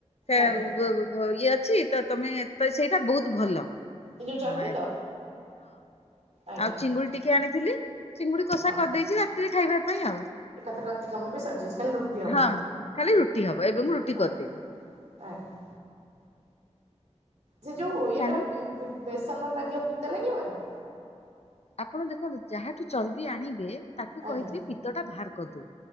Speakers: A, on the left (about 60°); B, on the right (about 70°).
A: <inaudible> ଇଏ
B: ଆଜ୍ଞା
A: ଅଛି ତ ତମେ ତ ସେଇ ବହୁତ ଭଲ।
B: ଏ ଯୋଉ ଚର୍ବି
A: ହଁ
B: ତ ଆଜ୍ଞା
A: ଆଉ ଚିଙ୍ଗୁଡ଼ି ଟିକେ ଆଣିଥିଲି ଚିଙ୍ଗୁଡି କଷା
B: ହଁ
A: କରିଦେଇଛି ରାତିରେ ଖାଇବା ପାଇଁ ଆଉ।
B: ଏକାଥରେ ରାତିକାମ ବି ସରିଯାଇଛି ଖାଲି ରୁଟି ହବ।
A: ହଁ ଖାଲି ରୁଟି ହବ ଏବେ ମୁଁ ରୁଟି କରିଦେବି।
B: ଆଜ୍ଞା ଆଜ୍ଞା। ସେ ଯୋଉ ଇଏଟା
A: ଚାଲ
B: ବେସନ ଲାଗିବ ପିତା ଲାଗିବନି?
A: ଆପଣ ଦେଖନ୍ତୁ ଯାହାଠୁ ଚର୍ବି ଆଣିବେ ତାକୁ
B: ଆଜ୍ଞା
A: କହିଥିବେ ପିତ୍ତଟା ବାହାର କରିଦଉ।